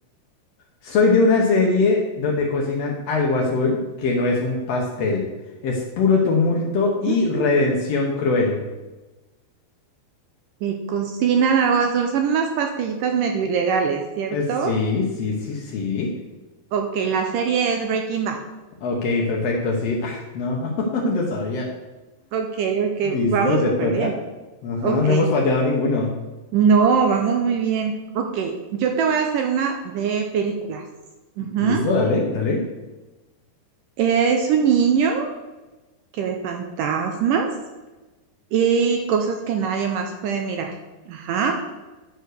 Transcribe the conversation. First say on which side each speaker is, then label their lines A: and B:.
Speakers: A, on the left (about 85°); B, on the right (about 80°).
A: Soy de una serie donde cocinan algo azul que no es un pastel. Es puro tumulto y
B: ujú.
A: redención cruel.
B: que cocinan algo azul. Son unas pastillitas medio ilegales, ¿cierto?
A: Eh, Sí, sí, sí, sí.
B: Ok, la serie es Breaking Bad.
A: Ok, perfecto, sí. Ah, no, <laughs> no sabía.
B: Ok, ok,
A: Listo,
B: vamos
A: te
B: súper
A: toca.
B: bien.
A: Ajá,
B: Ok,
A: no hemos fallado ninguno.
B: no, vamos muy bien. Ok, yo te voy a hacer una de películas. Ujú.
A: Listo, dale, dale.
B: Es un niño que ve fantasmas y cosas que nadie más puede mirar. Ajá.